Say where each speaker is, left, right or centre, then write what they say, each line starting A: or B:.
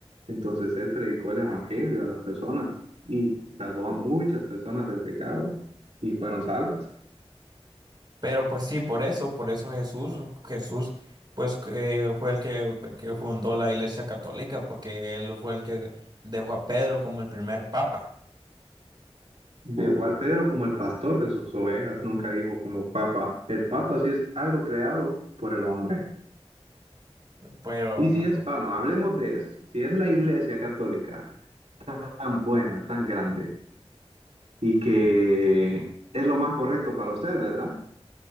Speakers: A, on the right; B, on the right.
A: Entonces él predicó el evangelio a las personas y salvó a muchas personas del pecado y fueron salvas.
B: Pero pues sí, por eso, por eso Jesús, Jesús, pues que fue el que, que fundó la Iglesia Católica, porque él fue el que dejó a Pedro como el primer papa.
A: Dejó al Pedro como el pastor de sus ovejas, nunca dijo como papa. El papa sí es algo creado por el hombre.
B: Pero
A: Y
B: no,
A: si es, vamos, hablemos de esto. Si es la iglesia católica tan buena, tan grande y que es lo más correcto para usted, ¿verdad?